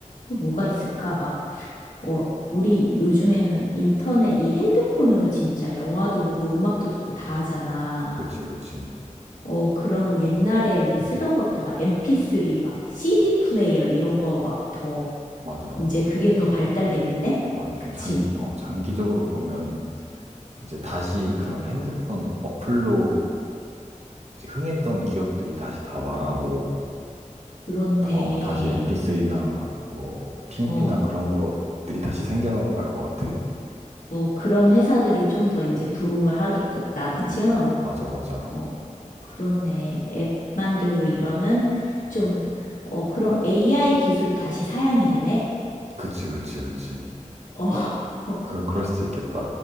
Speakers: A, on the left (about 75°); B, on the right (about 55°).
A: 또 뭐가 있을까? 막, 어, 우리 요즘에는 인터넷 이 핸드폰으로 진짜 영화도 보고 음악도 듣고 다 하잖아.
B: 그치, 그치.
A: 어, 그러면 옛날에 우리 쓰던
B: 음.
A: 것들 막 MP3, 막 CD 플레이어 이런 거 막 더,
B: 맞아, 맞아.
A: 이제 그게 더 발달되겠네?
B: 맞아. 좀
A: 그치?
B: 장, 어, 장기적으로 보면 이제 다시 그런 핸드폰 어플로 이제 흥했던 기업들이 다시 다 망하고,
A: 그렇네.
B: 어, 다시 m p c 나 뭐, PMP나
A: 어,
B: 그런 것들이 다시 생겨날 것 같아.
A: 어, 그런 회사들이 좀 더 이제 부흥을 하겠겠다. 그치?
B: 음,
A: 응.
B: 맞아, 맞아.
A: 어, 그렇네. 앱 만들고 이러는 좀,
B: 음.
A: 어, 그럼 AI 기술이 다시 사양이 되네?
B: 그치, 그치, 그치.
A: 어, <laughs>
B: 그, 그럴 수도 있겠다.